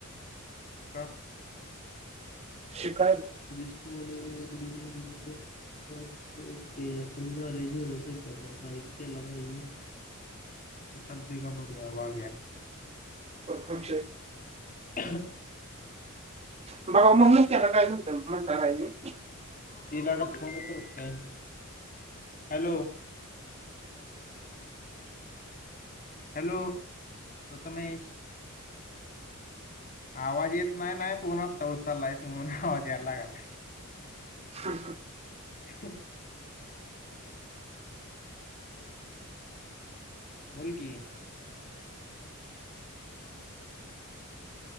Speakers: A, on the left; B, on the right.
A: का
B: शिकाय
A: ऊरलेलं ओके, हो झालाय झिरो सेकंदाचा, एक केला पायजे. ुचालतुय का बीघ बघुया. वाघ्या
B: कथमचे <unintelligible>
A: ह.
B: बाबा मगूनच त्याला काय होत म्हणतय म
A: ति लगा फोन करत नाही, हॅलो. हॅलो, प्रथमेश. आवाज येत नाही नाही, फोन आता उचलायस म्हणून आवाज यायला लागालाय.
B: ह.
A: <unintelligible> बोल की.